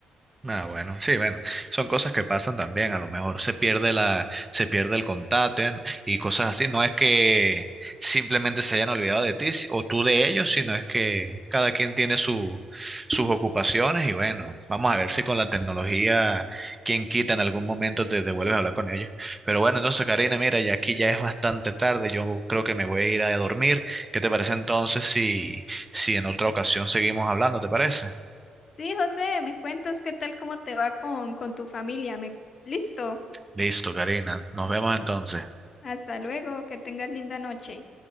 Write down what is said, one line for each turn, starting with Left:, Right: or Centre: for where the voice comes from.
Right: Ah, bueno, sí, bueno, son cosas que pasan también, a lo mejor se pierde la, se pierde el contacto en- y cosas así, no es que simplemente se hayan olvidado de ti si- o tú de ellos, sino es que cada quien tiene su, sus ocupaciones y bueno, vamos a ver si con la tecnología, quien quita en algún momento te, te vuelves a hablar con ellos. Pero bueno, entonces Karina, mira, ya aquí ya es bastante tarde, yo creo que me voy a ir a dormir. ¿Qué te parece entonces si, si en otra ocasión seguimos hablando, te parece?
Left: Sí, José, me cuentas qué tal, cómo te va con, con tu familia. Me... Listo,
Right: Listo, Karina. Nos vemos entonces.
Left: hasta luego, que tengas linda noche.